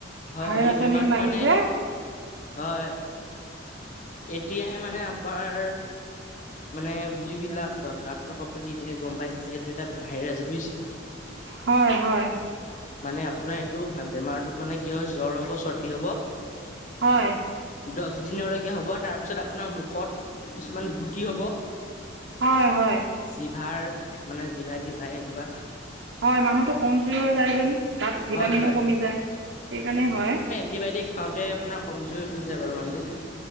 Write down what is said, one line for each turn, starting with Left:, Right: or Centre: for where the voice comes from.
Left: হয়
Right: ভাইৰাছৰ
Left: হয় এই বেমাৰটো
Right: নিচিনা
Left: মানে
Right: আহিছে।
Left: হয়। এতিয়াহে মানে আমাৰ মানে যিবিলাক ড ডাক্তৰ সকলে এতিয়াহে গম পাইছে যে সেইটো এটা ভাইৰাছ। বুজিছে?
Right: হয়- হয়।
Left: মানে আপোনাৰ এইটো বেমাৰটোত মানে কি হয় জ্বৰ হ'ব, চৰ্দি হ'ব
Right: হয়।
Left: দছ দিনলৈকে হব তাৰপিছত আপোনাৰ মুখত কিছুমান গুটি হব
Right: হয় -হয়।
Left: জিভাৰ মানে জিভাই- টিভাই এনেকুৱা
Right: হয় মানুহটো কমজুৰি হৈ যায় যেন গাত ভিটামিনো
Left: হয় হয়
Right: কমি যায় সেইকাৰণেই হয়।
Left: এন্তি বাইটিক খাওঁতে আপোনাৰ কমজুৰি হৈ যায় বাৰু মানুহটো।